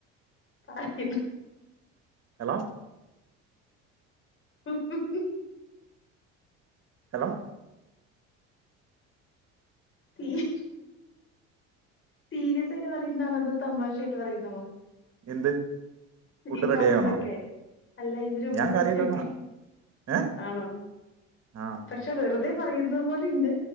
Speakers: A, on the left; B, on the right.
A: പറയ്യു
B: ഹലോ
A: ഹ ഹ ഹ
B: ഹലോ
A: പിന്നെ സീരിയസ് ആയിട്ട് പറയുന്നതാണോ അതോ തമാശ ആായിട്ട് പറയുന്നാണോ
B: എന്ത് ഫുഡ്
A: ഈ പറഞ്ഞതൊക്കെ
B: റെഡി ആയി വന്നാ
A: അല്ല ഇതിന് മുമ്പ്
B: ഞാൻ
A: കുറച്ചൊക്കെ
B: കാര്യായിട്ട് വന്നാ ഏഹ്
A: ആണോ,
B: ആ
A: പക്ഷെ വെറുതെ പറയുന്നത് പോലെയുണ്ട്